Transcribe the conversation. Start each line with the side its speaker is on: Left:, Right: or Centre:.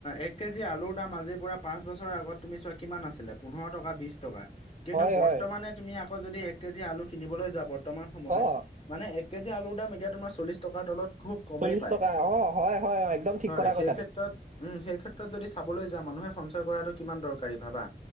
Left: এক কেজি আলুৰ দাম আজিৰ পৰা পাঁচ বছৰৰ আগত তুমি চোৱা কিমান আছিলে, পোন্ধৰ টকা বিশ টকা কিন্তু
Right: হয়
Left: বৰ্তমানে
Right: হয়
Left: তুমি আকৌ যদি এক কেজি আলু কিনিবলৈ যোৱা, বৰ্তমান সময়ত
Right: অ
Left: মানে এক কেজি আলুৰ দাম এতিয়া তোমাৰ চল্লিছ টকা তলত খুব কমেই
Right: চল্লিশ
Left: পায়,
Right: টকা অ হয় হয় অ একদম ঠিক
Left: হয়
Right: কথা কৈছা
Left: সেই ক্ষেত্ৰত,
Right: তুমি
Left: উম সেই ক্ষেত্ৰত যদি চাবলৈ যোৱা মানুহে সঞ্চয় কৰাটো কিমান দৰকাৰী ভাবা